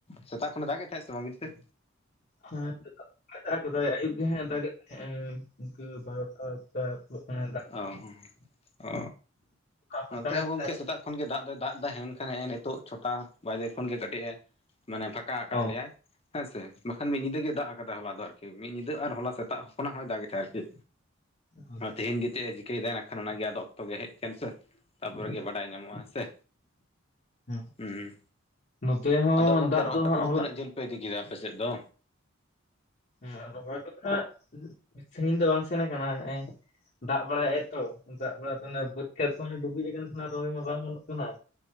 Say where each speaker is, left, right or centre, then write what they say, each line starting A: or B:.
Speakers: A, on the left; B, on the left.
A: ᱥᱮᱛᱟᱜ ᱠᱷᱚᱱᱟᱜ ᱫᱟᱜ ᱮᱫ ᱛᱟᱦᱮᱸᱫ ᱥᱮ ᱵᱟᱝ ᱟᱵᱤᱱ ᱥᱮᱫ?
B: ᱦᱮᱸ ᱥᱮᱛᱟᱜ ᱠᱷᱚᱱᱟᱜ ᱮ ᱫᱟᱜ ᱠᱮᱫᱟᱭ ᱟᱹᱩᱵ ᱜᱮ ᱦᱮᱜ ᱫᱟᱜᱮᱫ ᱛᱟᱦᱮᱸᱜᱼᱟ ᱤᱱᱠᱟᱹ ᱵᱟᱨᱚᱴᱟ ᱵᱟᱭ ᱟᱥᱚᱲᱚᱜ ᱠᱟᱱᱟ ᱾
A: ᱚ ᱦᱚᱸ ᱚᱻ
B: ᱯᱷᱟᱸᱠᱟ
A: ᱱᱚᱛᱮ ᱦᱚᱸ
B: ᱠᱮᱫᱟᱭ
A: ᱜᱚᱝᱠᱮ ᱥᱮᱛᱟᱜ ᱠᱷᱚᱱ ᱜᱮ ᱫᱟᱜ ᱫᱚᱭ ᱫᱟᱜ ᱮᱫᱟ ᱦᱮᱱᱠᱷᱟᱱ ᱦᱮᱸᱜ-ᱮ ᱱᱤᱛᱚᱜ ᱪᱷᱚᱴᱟ ᱵᱟᱡᱮ ᱠᱷᱚᱱ ᱜᱮ ᱠᱟᱹᱴᱤᱡ ᱮ ᱢᱟᱱᱮ ᱯᱷᱟᱠ ᱠᱟ ᱟᱠᱟᱫ
B: ᱚ
A: ᱞᱮᱭᱟᱭ ᱦᱮᱸᱥᱮ ᱵᱟᱠᱷᱟᱱ ᱢᱤᱫ ᱧᱤᱫᱟᱹ ᱜᱮ ᱫᱟᱜ ᱟᱠᱟᱫᱟᱭ ᱦᱚᱞᱟ ᱫᱚ। ᱟᱨ ᱠᱤ ᱠᱤ ᱢᱤᱫ ᱧᱤᱫᱟᱹ ᱟᱨ ᱦᱚᱞᱟ ᱥᱮᱛᱟᱜ ᱠᱷᱚᱱᱟᱜ ᱦᱚᱸᱭ ᱫᱟᱜᱮ ᱛᱟᱦᱮᱸᱟ ᱟᱨᱠᱤ।
B: <unintelligible>
A: ᱟ ᱛᱮᱦᱤᱧ ᱜᱮ ᱪᱮᱫ ᱮ ᱪᱤᱠᱟᱹᱭ ᱮᱫᱟ ᱮᱠᱷᱟᱱ ᱚᱱᱟᱜᱮ ᱟᱫᱚ ᱚᱠᱛᱚ ᱜᱮ ᱦᱮᱡ ᱦᱚᱪᱟᱱ ᱥᱮ ᱛᱟᱯᱚᱨᱮᱜᱮ ᱵᱟᱰᱟᱭ ᱧᱟᱢᱚᱜ-ᱟ ᱦᱮᱸᱥᱮ?
B: ᱦᱮᱸ
A: ᱦᱩᱸᱢ
B: ᱱᱚᱛᱮ ᱦᱚᱸ
A: ᱟᱫᱚ ᱜᱚᱝᱠᱮ
B: ᱫᱟᱜ
A: ᱨᱚᱦᱚᱭ
B: ᱫᱚ ᱦᱟᱸᱜ
A: ᱠᱚᱫᱚ
B: ᱦᱚᱞᱟ
A: ᱛᱤᱱᱟᱹᱜ ᱡᱷᱟᱹᱞ ᱯᱮ ᱤᱫᱤ ᱠᱮᱫᱟ ᱟᱯᱮ ᱥᱮᱫ ᱫᱚ?
B: ᱦᱩᱸ ᱨᱚᱦᱚᱭ ᱫᱚ ᱦᱟᱜ ᱥᱟᱺᱜᱤᱧ ᱫᱚ ᱵᱟᱝ ᱥᱮᱱ ᱟᱠᱟᱱᱟ᱾ ᱫᱟᱜ ᱵᱟᱲᱟᱭᱮᱜ-ᱟᱭ ᱛᱚ ᱫᱟᱜ ᱵᱟᱲᱟ ᱵᱟᱹᱛ ᱠᱷᱮᱛ ᱠᱚᱦᱚᱸ ᱰᱩᱵᱩᱡ ᱟᱠᱟᱱᱟ ᱠᱷᱟᱱ ᱨᱚᱦᱚᱭ ᱢᱟ ᱵᱟᱝ ᱦᱩᱭᱩᱜ ᱠᱟᱱᱟ